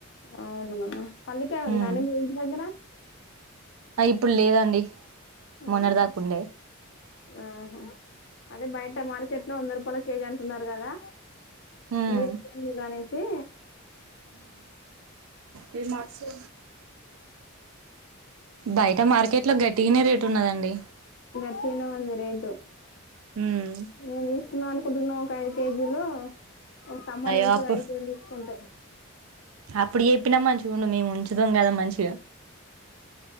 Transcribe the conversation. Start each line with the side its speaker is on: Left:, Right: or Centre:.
Left: అవునా పల్లికాయ ఉందా
Right: ఉమ్
Left: అండి. మీ ఇంటి దగ్గర
Right: ఆ ఇప్పుడు లేదండి.
Left: ఉహ్
Right: మొన్నటి
Left: హు
Right: దాకా ఉండే
Left: ఆహ అదే బయాట్ మామిడికాయ మార్కెట్ లో వంద రూపాయల కేజీ అంటున్నారు కదా
Right: ఉమ్
Left: మీరపని రా కొనేసి
Right: ఇది మార్చు బయట మార్కెట్ లో గట్టిగానే రేటు ఉన్నదండి
Left: గట్టిగనే ఉంది రేటు
Right: ఉమ్
Left: నేను తీసుకుందాం అనుకుంటున్నా ఒక ఐదు కేజీలు ఓ సమ్మర్
Right: అయ్యో
Left: ఎల్తది
Right: అప్పుడు
Left: అయిదు కిలోలు తీసుకుంటే
Right: అప్పుడు చెప్పినా మంచిగా ఉండు మేము ఉంచుదుం కదా మంచిగా